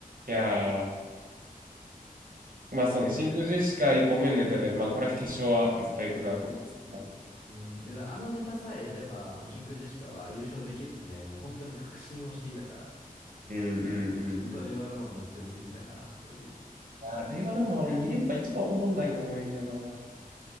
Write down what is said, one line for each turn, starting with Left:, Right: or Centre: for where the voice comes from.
Right: いやー、まあそうね、真空ジェシカ一本目のネタで、まあこれは決勝は絶対行くなと思ったですね、マジ。
Left: うん。いやだあのネタさえやれば、もう真空ジェシカは優勝できるとね、もう本当に確信をしていたから、
Right: うんうんうんうん。
Left: ちょっと令和ロマンが強すぎたかなという。
Right: あれはでも俺2連覇一番おもんないと思うんやけどな。